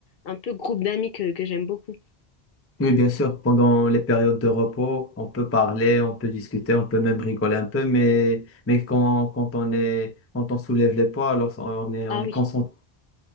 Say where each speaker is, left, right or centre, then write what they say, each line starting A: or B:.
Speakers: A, on the left (about 65°); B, on the left (about 20°).
A: un peu groupe d'amis que, que j'aime beaucoup.
B: Oui, bien sûr, pendant les périodes de repos, on peut parler, on peut discuter, on peut même rigoler un peu, mais, mais quand, quand on est, quand on soulève les poids, alors on est,
A: Ah
B: on est
A: oui.
B: concentré.